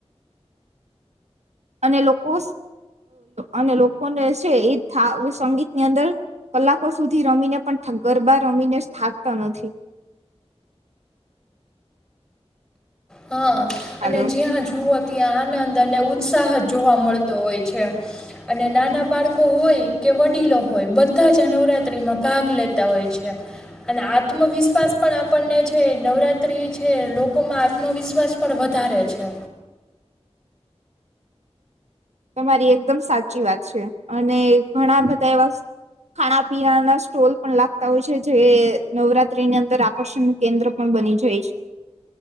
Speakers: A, on the right; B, in the centre.
A: અને લોકો અને લોકોને છે એ થાક સંગીતની અંદર કલાકો સુધી રમીને પણ ગરબા રમીને થાકતા નથી
B: હા
A: હાલો
B: અને જ્યાં જુઓ ત્યાં આનંદ અને ઉત્સાહ જોવા મળતો હોય છે અને નાના બાળકો હોય કે વડીલો હોય બધા જ આ નવરાતિમાં ભાગ લેતા હોય છે અને આત્મવિશ્વાસ પણ આપણને છે નવરાતિ છે લોકોમાં આત્મવિશ્વાસ પણ વધારે છે
A: તમારી એકદમ સાચી વાત છે અને ઘણા બધા એવા ખાણા પીનાના સ્ટોલ પણ લાગતા હોય છે જે નવરાત્રીની અંદર આકર્ષણનું કેન્દ્ર પણ બની જાય છે